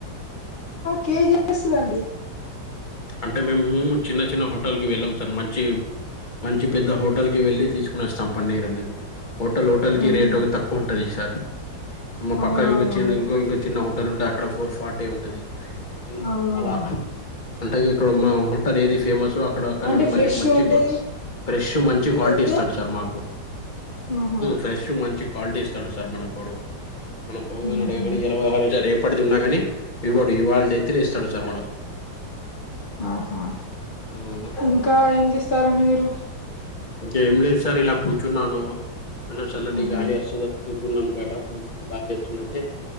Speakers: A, on the left; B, on the left.
A: కేజి చేస్తదండి
B: అంటే మేము చిన్న చిన్న హోటల్ కి వెళ్ళాం సార్ మంచి మంచి పెద్ద హోటల్ కి వెళ్ళలి తీసుకుని వస్తాం పన్నీరు అనేది హోటల్ హోటల్ కి
A: ఆహా
B: రేట్ తక్కువ ఉంటుది సార్ మా
A: అవునవునండి
B: పక్క ఇం చిన్న ఇంకో ఇంకా చిన్న హల్ ఉంటే అక్కడ ఫోర్ ఫార్టీ ఉంటంది ఇం
A: అవునవును
B: అలా అంటే ఇక్కడ మా హోటల్ ఏది ఫేమస్ అక్కడ అక్కడ
A: అంటే
B: నుండి
A: ఫ్రెష్
B: మంచి మంచి
A: ఉంటేది
B: ఫ్రెష్ మంచి క్వాలిటీ
A: తెత్తే
B: ఇస్తాడు సార్ మాకు
A: ఆహా
B: ఫ్రెష్ మంచి క్వాలిటీ ఇస్తాడు సార్ మనకు మనం పొంగనే
A: ఉహు
B: అడిగాగాని ఎల రేపటిది ఉన్నా కాని ఇవ్వడు ఇవాల్టిది అయితేనే ఇస్తాడు సార్ మనకు
A: ఆహా
B: ఉమ్,
A: ఇంకా ఏం చేస్తారండి మీరు
B: ఏం లేదు సార్ ఇలా కూర్చున్నాను కొంచం చల్లటి
A: ఉహు
B: గాలి వస్తుందిని కూర్చున్నాను బయట కూర్చుని గాలి వస్తుండయితే